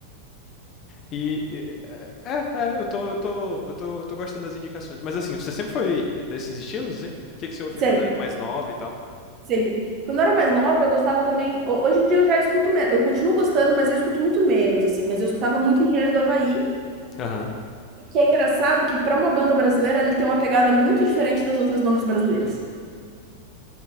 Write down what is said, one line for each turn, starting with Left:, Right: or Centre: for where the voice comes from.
Left: e... e- eh, É, é, eu tô, eu tô, eu tô, eu tô gostando das indicações. Mas assim, você sempre foi desses estilos, hein? O que, que você ouvia
Right: <laughs> Sempre,
Left: quando era mais nova e tal?
Right: sempre. Quando eu era mais nova, eu gostava também. ho- Hoje em dia eu já escuto menos. Eu continuo gostando, mas eu escuto muito menos, assim. Mas eu escutava muito Engenheiros do Havaí.
Left: Aham.
Right: que é engraçado que para uma banda brasileira ele tem uma pegada muito diferente das outras bandas brasileiras.